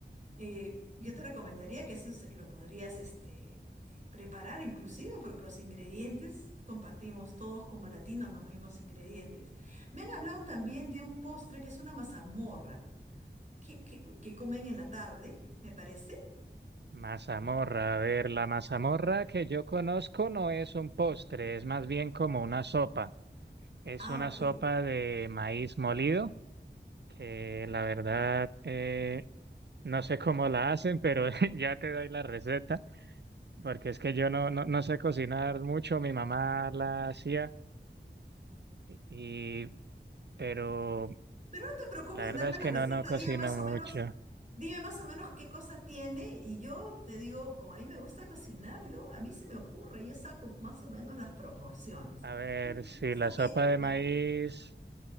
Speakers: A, on the right; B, on the right.
A: Eh, yo te recomendaría que eso se- lo podrías este, eh, preparar inclusive porque los ingredientes compartimos todos como latinos los mismos ingredientes. Me han hablado también de un postre que es una mazamorra que, que, que comen en la tarde, me parece.
B: Mazamorra,
A: Sí.
B: a ver, la mazamorra que yo conozco no es un postre, es más bien como una sopa. Es
A: Ah,
B: una
A: ok.
B: sopa de maíz molido, que la verdad eh, no sé cómo la hacen, pero <laughs> ya te doy la receta, porque es que yo no, no, no sé cocinar mucho, mi mamá la hacía, y, pero
A: Pero no te preocupes
B: la verdad
A: en darme
B: es
A: la
B: que
A: receta,
B: no, no cocino
A: dime más
B: mucho.
A: o menos Dime más o menos qué cosa tiene y yo te digo, como a mí me gusta cocinar, yo a mí se me ocurre, yo saco más o menos las proporciones.
B: A ver,
A: ¿Qué
B: si
A: cosa
B: la sopa
A: tiene,
B: de
A: digamos?
B: maíz